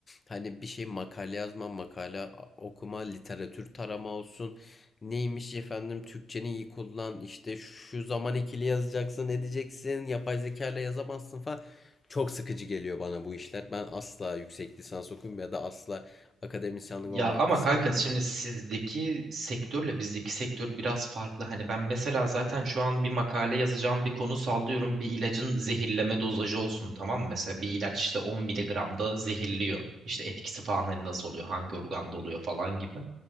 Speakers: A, on the left; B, on the right.
A: hani bir şey makale yazma, makale okuma, literatür tarama olsun. Neymiş efendim Türkçeni iyi kullan işte şu zaman ikili yazacaksın edeceksin yapay zeka ile yazamazsın falan. Çok sıkıcı geliyor bana bu işler. Ben asla yüksek lisans okuyayım ya da asla akademisyenlik
B: Ya
A: olmak
B: ama
A: istemiyorum.
B: kanka şimdi sizdeki sektörle bizdeki sektör biraz farklı. Hani ben mesela zaten şu an bir makale yazacağım bir konu sallıyorum. Bir ilacın zehirleme dozajı olsun tamam mı? Mesela bir ilaç işte 10 miligramda zehirliyor. İşte etkisi falan hani nasıl oluyor, hangi organda oluyor falan gibi.